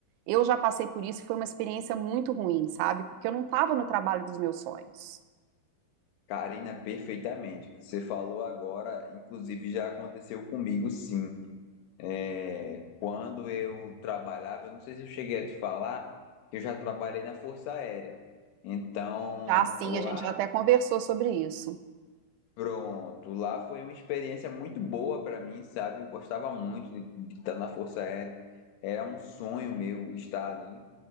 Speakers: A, on the right; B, on the left.
A: Eu já passei por isso e foi uma experiência muito ruim, sabe? Porque eu não estava no trabalho dos meus sonhos.
B: Karina, perfeitamente. O que você falou agora, inclusive já aconteceu comigo, sim. É, Quando eu trabalhava, eu não sei se eu cheguei a te falar, que eu já trabalhei na Força Aérea. Então,
A: Já assim,
B: lá,
A: a gente já até conversou sobre isso.
B: pronto, lá foi uma experiência muito boa para mim, sabe? Eu gostava muito de, de estar na Força Aérea. Era um sonho meu estar ali,